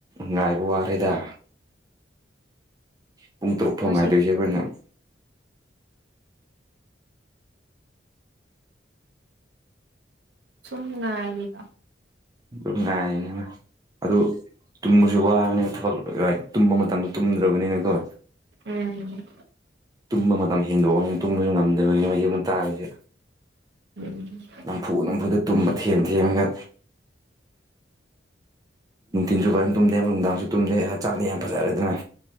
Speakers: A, on the right; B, on the right.
A: ꯉꯥꯏꯕ ꯋꯥꯔꯦꯗ ꯄꯨꯡ ꯇꯔꯨꯛꯐꯧ
B: ꯍꯧꯖꯤꯛ
A: ꯉꯥꯏꯗꯣꯏꯁꯦ ꯑꯩꯈꯣꯏꯅ
B: ꯁꯨꯝ ꯉꯥꯏꯔꯤꯕꯥ
A: ꯁꯨꯝ ꯉꯥꯏꯔꯤꯅꯤꯕ ꯑꯗꯨ ꯇꯨꯝꯃꯁꯨ ꯋꯥꯕꯅꯤ ꯊꯕꯛ ꯀꯩꯀ ꯇꯨꯝꯕ ꯃꯇꯝꯗ ꯇꯨꯝꯗ꯭ꯔꯕꯅꯤꯅꯀꯣ
B: ꯎꯝ
A: ꯇꯨꯝꯕ ꯃꯇꯝ ꯍꯦꯟꯗꯣꯛꯑꯝꯅꯤꯅ ꯇꯨꯝꯕꯁꯨ ꯉꯝꯗꯕꯅꯤꯅ ꯃ ꯌꯨꯝ ꯇꯥꯔꯁꯦ
B: ꯎꯝ
A: ꯅꯝꯐꯨ ꯅꯝꯐꯨꯗ ꯇꯨꯝꯕ ꯊꯦꯝ ꯊꯦꯝꯃꯒ ꯅꯨꯡꯊꯤꯟꯁꯨ ꯐꯖꯅ ꯇꯨꯝꯗꯦ ꯅꯨꯡꯗꯥꯡꯁꯨ ꯇꯨꯝꯗꯦ ꯍꯛꯆꯥꯡꯗꯤ ꯌꯥꯝ ꯐꯖꯔꯦ ꯑꯗꯨꯅ